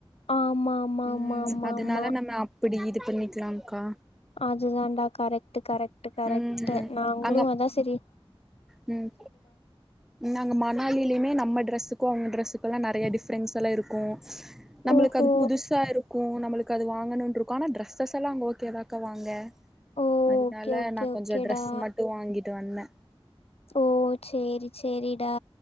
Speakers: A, on the left (about 85°); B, in the centre.
A: ஆமா ஆமா ஆமா
B: ம்
A: ஆமா
B: அதுனால
A: ஆமா
B: நம்ம அப்டி இது பண்ணிக்குலாக்கா
A: அதுதான்டா கரெக்ட் கரெக்ட் கரெக்ட்
B: ம்
A: நாங்களு
B: அங்க
A: அதா சரி
B: ம் நாங்க மணாலிலேயுமே நம்ம டிரெஸ்ஸுக்கு அவங்க டிரெஸ்ஸுக்குல்லா நறைய டிஃப்ரன்ஸ்ஸெல்லா இருக்கு நம்மளுக்கு
A: ஓஹோ
B: அது புதுசா இருக்கு நம்மளுக்கு அது வாங்கணுருக்கு ஆனா டிரெஸஸ் எல்லா அங்க ஓகே ஏதாக்கா வாங்க
A: ஓ
B: அதுனால
A: ஓகே ஓகே
B: நா
A: ஓகேடா
B: கொஞ்ச ட்ரெஸ் மட்டு வாங்கிட்டு வந்தே
A: ஓ சேரி சேரிடா